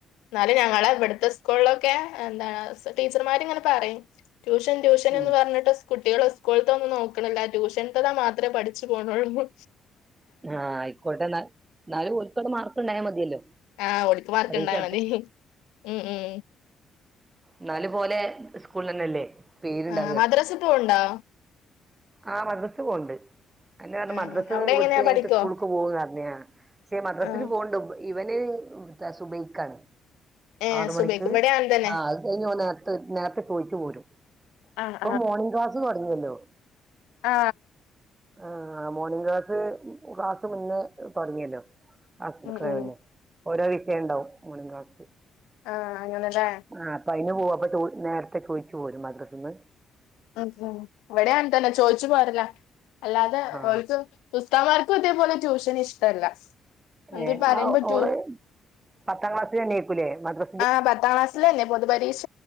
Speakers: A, on the left; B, on the right.
A: എന്നാലും ഞങ്ങളെ ഇവിടുത്തെ സ്കൂളിലൊക്കെ എന്താണ് ടീച്ചർമാരിങ്ങനെ പറയും ട്യൂഷൻ ട്യൂഷൻ
B: ഉം
A: എന്ന് പർഞ്ട്ട് കുട്ടികള് സ്കൂൾത്തൊന്നും നോക്ക്ണില്ല ട്യൂഷൻത്തതാ മാത്രെ പഠിച് പോണള്ളൂ
B: ആ അയിക്കോട്ടെ ന്നാൽ ന്നാലും ഓൽക്ക്ള്ള മാർക്ക് ഇണ്ടായാ മതിയല്ലോ
A: ആ ഓര്ക്ക് മാർക്ക്
B: പരീക്ഷ
A: ഇണ്ടായ മതി ഉം ഉം
B: ന്നാലും പ്പൊ ഓലെ സ്കൂൾനന്നല്ലേ പേര്ണ്ടാവ
A: ആഹ് മദ്രസ പോവ്ണ്ടോ
B: ആ മദ്രസ്സ് പോവ്ണ്ട് അതന്നെ പർഞ്ഞെ മദ്രസ്സ്
A: ആഹ് അവിടെ
B: വ്
A: എങ്ങനെയാ പഠിക്കോ
B: പോവും ന്നർഞ് ഞാൻ പക്ഷെ മദ്രസില്
A: ആഹ്
B: പോവ്ണ്ട് ഇവന് സുബൈക്കാണ്
A: ഏഹ്
B: ആറ് മണിക്ക്
A: സുബൈക്ക് ഇവിടെ അങ്ങനെ തന്നെ
B: ആ അത് കഴിഞ്ഞ് ഓൻ നേർത്ത നേർത്ത ചോഴിച്ചു പോരും
A: ആഹ്
B: ഇപ്പ മോണിംഗ് ക്ലാസ്സ്‌ തൊടങ്ങിയല്ലോ
A: ആ
B: ആ മോണിംഗ് ക്ലാസ് ക്ലാസ് മുന്നേ തോട്ങ്ങിയല്ലോ ക്ലാസിന്
A: ഉം
B: കേറളളു
A: ഉം
B: ഓരോ വിഷയം ഇണ്ടാവും മോണിംഗ് ക്ലാസ്
A: ആ അങ്ങന ലെ
B: ആ അപ്പ അയിന് പോവും അപ്പ ചോ നേർത്തെ ചോഴിച്ചു പോരും മദ്രസ്ന്ന്
A: ഉം ഉം ഇവടിം അങ്ങൻ തന്നെ ചോഴിച്ചു പോര്ല അല്ലാതെ
B: ആ
A: ഓൽക്ക് ഉസ്താമാർക്കും ഇതേപോലെ ട്യൂഷന് ഇഷ്ടല്ല എന്തേ
B: ഏ
A: പറയാൻ
B: ആ
A: പറ്റൂ
B: ഓള് പത്താം ക്ലാസ്സില് തന്നയ്ക്കുലേ മദ്ര
A: ആ പത്താം ക്ലാസ്സിലന്നെ പൊതു പരീഷ